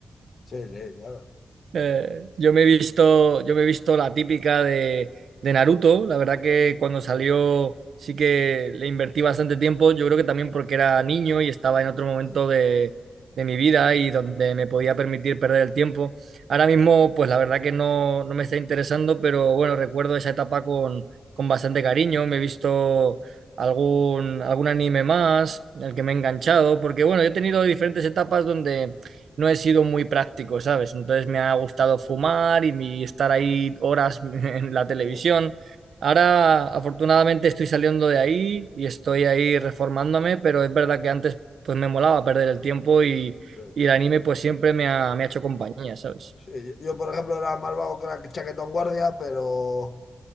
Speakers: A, on the left; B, on the right.
A: Sí, sí, claro.
B: Eh, yo me he visto, yo me he visto la típica de, de Naruto. La verdad que cuando salió sí que le invertí bastante tiempo. Yo creo que también porque era niño y estaba en otro momento
A: Sí,
B: de, de mi vida y donde me podía permitir perder el tiempo. Ahora mismo, pues la verdad que no, no me está interesando, pero bueno, recuerdo esa etapa con, con bastante cariño. Me he visto algún, algún anime más, el que me he enganchado, porque bueno, yo he tenido diferentes etapas donde no he sido muy práctico, ¿sabes? Entonces me ha gustado fumar y mi- estar ahí horas <laughs> en la televisión.
A: sí,
B: Ahora, afortunadamente, estoy saliendo de ahí y estoy ahí reformándome, pero es verdad que antes pues me molaba perder el tiempo y,
A: sí.
B: y el anime pues siempre me ha, me ha hecho compañía, ¿sabes?
A: Sí, yo, yo, por ejemplo, era más vago que la chaquetón guardia, pero,